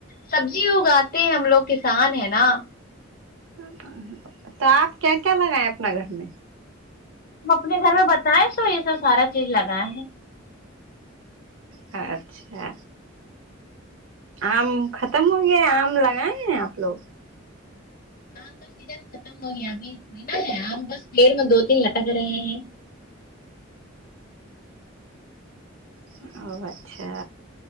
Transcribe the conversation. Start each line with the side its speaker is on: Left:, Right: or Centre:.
Left: سبزی اگاتے ہیں ہم لوگ کسان ہیں نا
Right: ہاں ہاں ہاں تو آپ کیا کیا لگائیں اپنے گھر میں
Left: ہم اپنے گھر میں بتائیں سو یہ سب سارا چیز لگائے ہے
Right: ہاں اچھا آم ختم ہو گیا آم لگائے ہیں آپ لوگ
Left: آم کا سیزن ختم ہو گیا ابھی ناں ہے آم بس پیڑ میں دو تین لٹک رہے ہیں
Right: اچھا اچھا